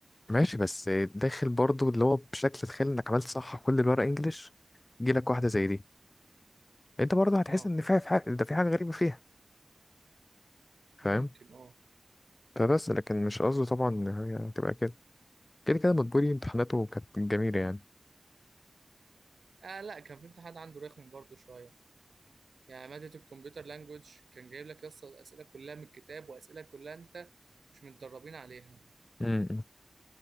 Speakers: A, on the left (about 40°); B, on the right (about 80°).
A: ماشي بس آه، داخل برضه اللي هو بشكل تخيل انك عملت صح كل الورق انجليش جيلك واحدة زي دي انت برضه هتحس
B: اه
A: ان في في حاجة ده في حاجة غريبة فيها
B: ممكن
A: فاهم
B: اه
A: فبس لكن مش قصده طبعا ان هي هتبقى كده كده كده مدبولي امتحاناته كانت جميلة يعني
B: اه لا كان في امتحان عنده رخم برضه شويه يعني ماده الكمبيوتر لانجوج كان جايب لك يس الاسئله كلها من الكتاب واسئله كلها انت مش متدربين عليها
A: امم